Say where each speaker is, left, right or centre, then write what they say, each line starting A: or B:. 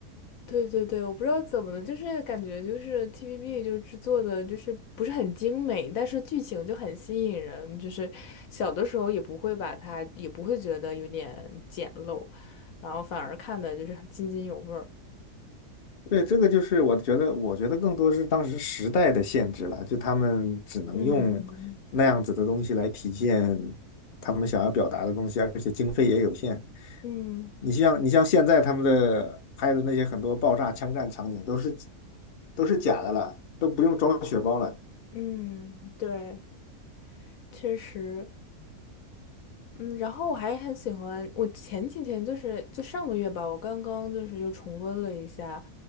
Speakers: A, on the left (about 70°); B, on the left (about 50°).
A: 对对对，我不知道怎么的，就是感觉就是 TVB 就制作的，就是不是很精美，但是剧情就很吸引人，就是小的时候也不会把它，也不会觉得有点简陋，然后反而看的就是很津津有味儿。
B: 对，这个就是我觉得，我觉得更多是当时时代的限制了，就他们只能用那样子的东西来体现
A: 嗯
B: 他们想要表达的东西，而且经费也有限。
A: 嗯。
B: 你像你像现在他们的拍的那些很多爆炸、枪战场景都是都是假的了，都不用装血包了。
A: 嗯，对，确实，嗯，然后我还很喜欢，我前几天就是就上个月吧，我刚刚就是又重温了一下，